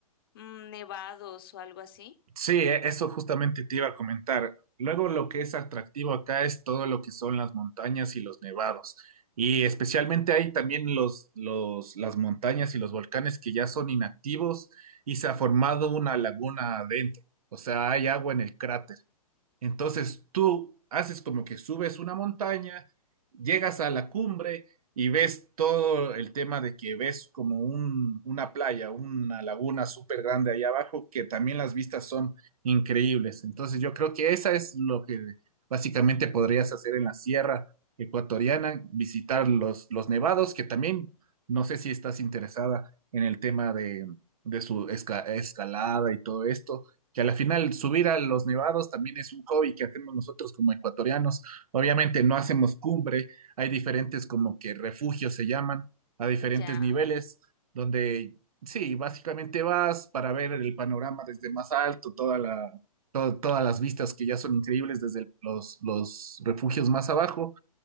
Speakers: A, on the left (about 40°); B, on the right (about 70°).
A: mm, nevados o algo así?
B: Sí, e- eso justamente te iba a comentar. Luego lo que es atractivo acá es todo lo que son las montañas y los nevados. Y especialmente hay también los, los, las montañas y los volcanes que ya son inactivos y se ha formado una laguna adentro. O sea, hay agua en el cráter. Entonces tú haces como que subes una montaña, llegas a la cumbre y ves todo el tema de que ves como un- una playa, una laguna súper grande ahí abajo, que también las vistas son increíbles. Entonces yo creo que esa es lo que básicamente podrías hacer en la sierra ecuatoriana, visitar los, los nevados, que también no sé si estás interesada en el tema de, de su esca- escalada y todo esto que a la final subir a los nevados también es un hobby que hacemos nosotros como ecuatorianos. Obviamente no hacemos cumbre, hay diferentes como que refugios se llaman, a diferentes
A: Ya,
B: niveles, donde sí, básicamente vas para ver el panorama desde más alto, toda la, to- todas las vistas que ya son increíbles desde el- los, los refugios más abajo,